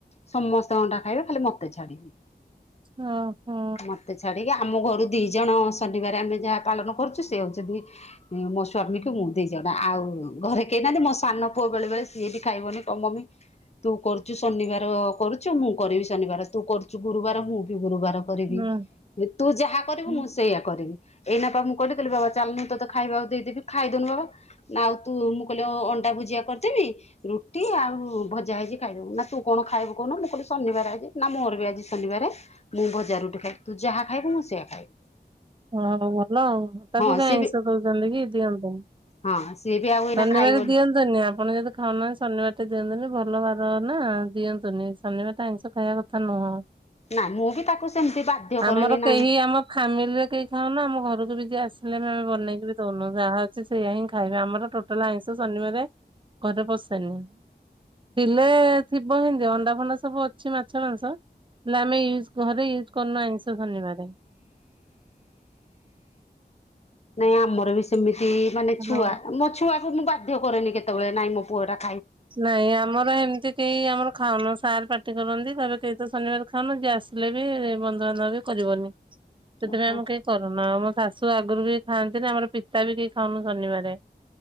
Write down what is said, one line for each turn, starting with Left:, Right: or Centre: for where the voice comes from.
Left: ସମସ୍ତେ ଅଣ୍ଡା ଖାଇବେ ଖାଲି ମୋତେ ଛାଡିକି।
Right: ଓ ହୋ।
Left: ମତେ ଛାଡିକି ଆମ ଘରୁ ଦି ଜଣ ଶନିବାର ଆମେ ଯାହା ପାଳନ କରୁଛୁ ସେ ହଉଛନ୍ତି। ସ୍ୱାମୀକୁ ମୁଁ ଦି ଜଣ ଆଉ ଘରେ କେହି ନାହାନ୍ତି ମୋ ସାନ ପୁଅ ବେଳେ ବେଳେ ସିଏ ବି ଖାଇବନି କ ମ- ତୁ କରୁଛୁ ଶନିବାର କରୁଛୁ ମୁଁ କରିବି ଶନିବାର। ତୁ କରୁଛୁ ଗୁରୁବାର ମୁଁ ବି ଗୁରୁବାର - କରିବି।
Right: ହୁଁ
Left: ତୁ ଯାହା କରିବୁ
Right: ହୁଁ
Left: ମୁଁ ସେଇଆ କରିବି। ଏଇଆ ତାହାଲେ ମୁଁ କହିଲି ବାବା ଚାଲିଲୁ ତୋତେ - ଖାଇବାକୁ ଦେଇଦେବି। ଖାଇଦଉନୁ ବାବା। ନା ଆଉ ତୁ ଅଣ୍ଡା ଭୁଜିଆ କରିଦେବି ରୁଟି ଆଉ ଭଜା - ଆଜି ଖାଇଦବୁ ନା ତୁ କଣ ଖାଇବୁ କହୁନୁ ମୁଁ କହିଲି ଶନିବାର ଆଜି ନା ମୋର ବି ଆଜି ଶନିବାରେ। ମୁଁ ଭଜା ରୁଟି ଖାଇବି। ତୁ ଯାହା ଖାଇବୁ ମୁଁ ସେଇହା ଖାଇବି।
Right: ହଁ ଭଲ ଆଉ ତାକୁ
Left: ହଁ
Right: ବି
Left: ସିଏ
Right: ଆଇଁଷ ଦଉଛନ୍ତି କି ଦିଅନ୍ତୁ ନି।
Left: ହଁ ସିଏ ବି ଆଉ ଏଇନା
Right: ଶନିବାର
Left: ଖାଇବନି
Right: ଦିଅନ୍ତୁନି ଆପଣ ଯଦି ଖାଉନାହାନ୍ତି ଶନିବାର ଟା - ଦିଅନ୍ତୁନି ଭଲ ବାର ନା ଦିଅନ୍ତୁନି ଶନିବାରଟା ଆଇଁଷ ଖାଇବା କଥା ନୁହଁ।
Left: ନା ମୁଁ ବି ତାକୁ ସେମିତି ବାଧ୍ୟ
Right: ଆମର
Left: କରେନି ନାହିଁ।
Right: କେହି ଆମ ଫାମିଲି ରେ କେହି କୁହନା ଆମ ଘରକୁ ଯଦି ଆସି- ହେଲେ ଆ ବନେଇକି ବି ଦଉନୁ ଯାହା ଅଛି ସେଇଆ ହିଁ ଖାଇବେ ଆମର। ଟୋଟାଲ ଆଇଁଷ ଶନିବାର ଘରେ ପଶେନି ଥିଲେ ଥିବ ହେ ଅଣ୍ଡା ଫଣ୍ଡା ସବୁ ଅଛି ମାଛ ମାଂସ ହେଲେ ଆମେ ୟୁଜ୍ ଘରେ ୟୁଜ କରୁନା ଆଇଁଷ। ଧନ୍ୟବାଦ।
Left: ନାଇଁ ଆମର ବି ସେମିତି ମାନେ
Right: ହ୍ୟାଲୋ।
Left: ଛୁଆ ମୋ ଛୁଆକୁ ମୁଁ ବାଧ୍ୟ କରେନି କେତେବେଳେ ନାଇଁ ମୋ ପୁଅ ଏଇଟା
Right: ନାଇଁ ଆମର ଏମିତି କେହି ଆମର ଖାଉନୁ। ସାର୍ ପାଟି କରନ୍ତି କହିବେ କେହି ତ ଶନିବାର ଖାଅନୁ ଯିଏ ଆସିଲେ ବି ବନ୍ଧୁବାନ୍ଧବ ବି କରିବନି। ସେଥିପାଇଁ
Left: ଓହୋ।
Right: ଆମେ କେହି କରୁନା ମ ଶାଶୁ ଆଗରୁ ବି ଖାଆନ୍ତି। ଆମର ପିତା ବି କେହି ଖାଉନୁ ଶନିବାରେ।